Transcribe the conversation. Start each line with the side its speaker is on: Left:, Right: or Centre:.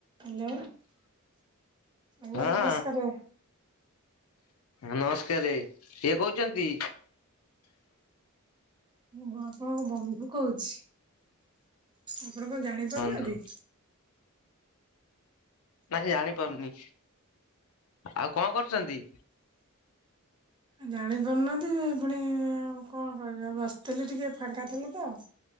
Right: ହ୍ୟାଲୋ ଆଜ୍ଞା
Left: ହଁ
Right: ନମସ୍କାର।
Left: ହ ନମସ୍କାରରେ କିଏ କହୁଛନ୍ତି।
Right: ମୁଁ ଆପଣଙ୍କ ବନ୍ଧୁ କହୁଛି। ଆପଣ କଣ ଜାଣି ପାରୁନାହାନ୍ତି।
Left: ବନ୍ଧୁ ନାଇଁ ଜାଣିପାରୁନି ଆଉ କଣ କରୁଛନ୍ତି?
Right: ଜାଣିପାରୁନାହାନ୍ତି ଯେ ପୁଣି ଆଉ କଣ କ ବସିଥିଲି ଟିକେ ଫାଙ୍କା ଥିଲେ ତ